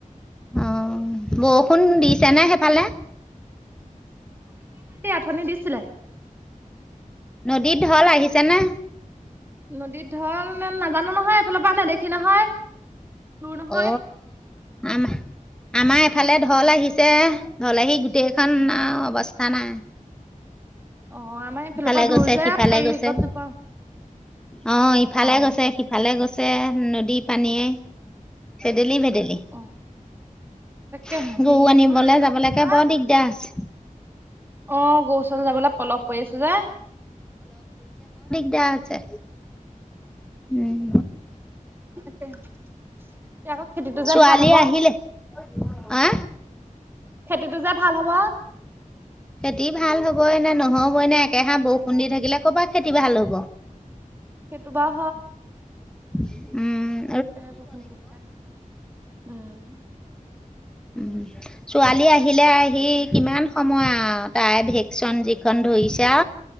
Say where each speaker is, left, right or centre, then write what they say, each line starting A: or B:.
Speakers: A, in the centre; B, on the right (about 15°).
A: অ বৰষুণ দিছে নে সেইফালে
B: উঠনি দিছিলে
A: নদীত ঢল আহিছ নে?
B: নদীত ঢল নে নাজানো নহয় এইফালৰ পৰা নেদেখি নহয়। দূৰ নহয়
A: অ আম আমাৰ এইফালে ধ ঢল আহিছে, ঢল আহি গোটেইখন আৰু অৱস্থা নাই
B: অ আমাৰ এইফালৰ
A: ইফালে
B: পৰা
A: গৈছে
B: দূৰ যে
A: সিফালে
B: আমি
A: গৈছে
B: গম নাপাওঁ।
A: অ ইফালে
B: অ'
A: গৈছে সিফালে গৈছে নদী পানীয়ে চেডেলি ভেট ডেইলি উফ্
B: অ' তাকেহে হেৰি
A: গৰু আনিবলৈ
B: নহয় এইটো
A: যাবলৈকে
B: কি কয়
A: বৰ দিগদাৰ আছ
B: অ গৰুচল যাবলৈ পলপ পৰি আছে যে,
A: এতিয়া আছে উম
B: তাকে এতিয়া আকৌ খেতিটো যে
A: ছোৱালী
B: ভাল হ'ব
A: আহিলে আ
B: খেতিটো যে ভাল হ'ব।
A: খেতি ভাল হ'বই নে, নহ'বই নে? একেহা বৰষুণ দি থাকিলে কৰপা খেতি ভাল হ'ব?
B: সেইটো বাৰু
A: ঢিপ উম উ উ
B: কে আকৌ ফোন কৰছা উম উ উ
A: উ ছোৱালী আহিলে এ আহি কিমান সময় আৰু তাই ভেকচন যিখন ধৰিছা